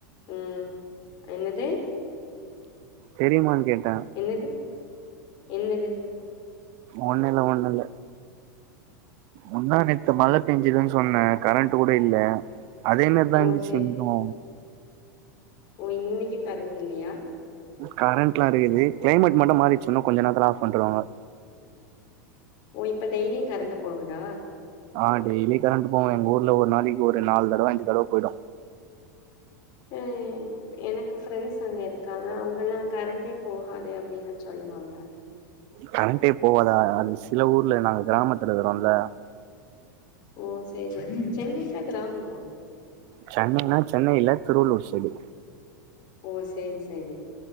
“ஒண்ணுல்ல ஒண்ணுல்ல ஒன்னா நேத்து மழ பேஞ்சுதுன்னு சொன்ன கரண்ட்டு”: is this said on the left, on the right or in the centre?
Right